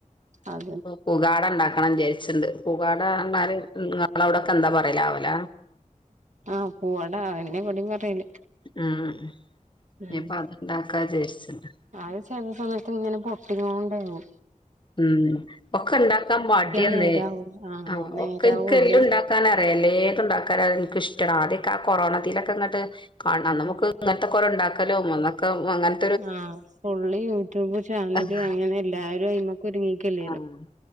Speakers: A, on the right (about 60°); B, on the left (about 35°).
A: അതെ
B: ഇപ്പൊ പുകാട ഉണ്ടാക്കണം വിചാരിച്ചിണ്ട് പുകാട പറഞ്ഞാൽ നിങ്ങളവിടൊക്കെ എന്താ പറയലാവല
A: ആഹ് പൂവട അയന്നെ ഇവടെം പറയല്
B: ഉം
A: ഉം
B: ഇനിപ്പ അത്ണ്ടാക്കാ വിചാരിച്ചിണ്ട്
A: അത് ചെലെ സമയത്ത് ഇങ്ങനെ പൊട്ടിങ്ങോണ്ടെയ്നി
B: ഉം ഒക്കെ ഇണ്ടാക്കാൻ മടിയന്നെ
A: നേരാവൂ ആഹ്
B: ആ
A: നേരാവൂല്ല
B: ഒക്കെ ഇൻക് എല്ലം ഇണ്ടാക് ക്കാനറിയാം എല്ലേത്തുണ്ടാക്കാൻ എനിക്ക് ഇഷ്ടാണ് ആദ്യൊക്കെ ആ കൊറോണതിലൊക്കെ ഇങ്ങട്ട് കാണാം നമുക്ക് ഇങ്ങനത്തൊക്കെ ഓരോ ഇണ്ടാക്കലും അന്നൊക്ക അങ്ങനെ
A: ആഹ് ഫുള്ള് യൂട്യൂബ് ചാനല്
B: ആഹ്
A: അങ്ങനെ എല്ലാരും അയ്മക്ക് ഒരുങ്ങിക്കല്ലേ
B: ആഹ്